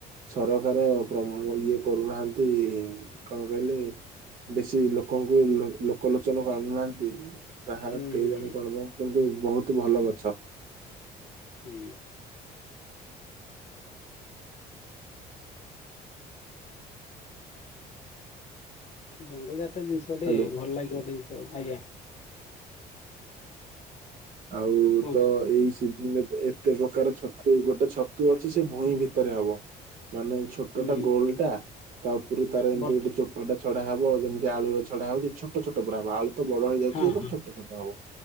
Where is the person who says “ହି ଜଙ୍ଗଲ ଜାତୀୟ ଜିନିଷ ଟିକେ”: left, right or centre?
Left